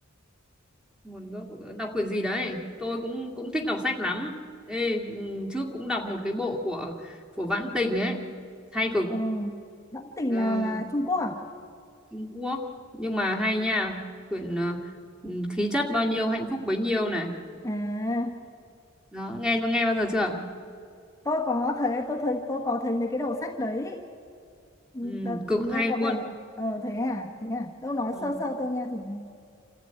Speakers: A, in the centre; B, on the left.
A: nguồn gốc của- đọc quyển gì đấy tôi cũng cũng thích đọc sách lắm ê ừ, trước cũng đọc một cái bộ của của Vãn Tình ấy hay cực
B: Ờ, Đẫm Tình
A: ờ,
B: là là Trung Quốc à?
A: Trung Quốc nhưng mà hay nha quyển ờ, ừ, khí chất bao nhiêu hạnh phúc bấy nhiêu này
B: À,
A: đó nghe nghe bao giờ chưa
B: tôi có thấy tôi thấy tôi có thấy mấy cái đầu sách đấy. Ừ,
A: ừ,
B: Đợt,
A: cực
B: nghe
A: hay
B: có
A: luôn
B: vẻ ờ thế à, thế à. Tôi nói
A: ừ.
B: sơ sơ tôi nghe thử nào.